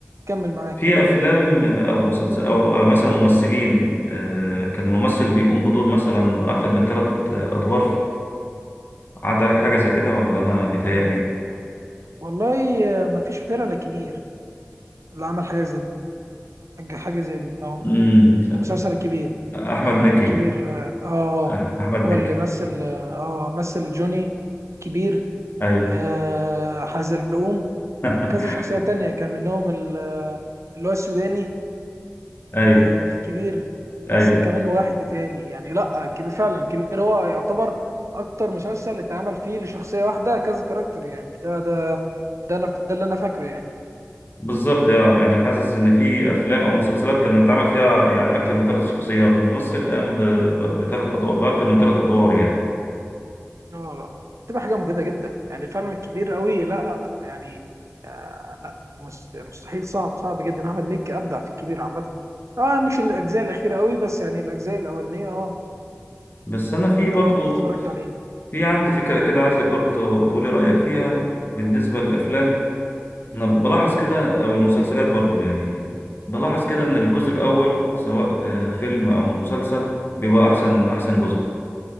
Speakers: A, on the right; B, on the left.
A: كمل معاك
B: في افلام او مسلسل او أو مثلا ممثلين آه، كان الممثل بيقوم بدور مثلا اكتر من ثلاث ادوار عدى عليك حاجه زي كده ولا انا بيتهيألي
A: والله آه، ما فيش فتاة ولا كبير اللي عمل حاجه زي دي حاجه حاجة زي دي اه
B: امم
A: كان مسلسل الكبير
B: احمد
A: اه
B: مكي
A: يعني الكبير اه اه آه.
B: أح- احمد مكي
A: هو اللي مثل اه آه، مثل جوني كبير
B: ايوه
A: آه حزلقوم
B: <laughs>
A: وكذا شخصيه تانية كان منهم ال- آه، اللي هو السوداني
B: ايوه
A: آه في الكبير
B: ايوه
A: مثل كمان واحد بتالي يعني لا الكبير فعلا الكبير هو يعتبر اكتر مسلسل اتعمل فيه لشخصيه واحده كذا كاركتر يعني ده ده ده انا ده اللي انا فاكره يعني
B: بالظبط اه يعني حاسس ان في افلام او مسلسلات كان اتعمل فيها يعني اكتر من ثلاث شخصيات الممثل قام بثلاث ادوار باكتر من ثلاث ادوار يعني
A: لا لا تبقى حاجه مجهده جدا يعني فعلا كبير قوي لا لا يعني آه لا مس- مستحيل صعب صعب جدا احمد مكي ابدع في الكبير عامه اه مش الاجزاء الاخيره قوي بس يعني الاجزاء الاولانيه اه
B: بس انا في برضو
A: لو انت كنت اتفرجت عليه
B: في عندي فكره كده عايزك برضو تو- تقولي رايك فيها بالنسبه للافلام انا بلاحظ كده او المسلسلات برضو يعني بلاحظ كده ان الجزء الاول سواء آه، فيلم او مسلسل بيبقى احسن احسن جزء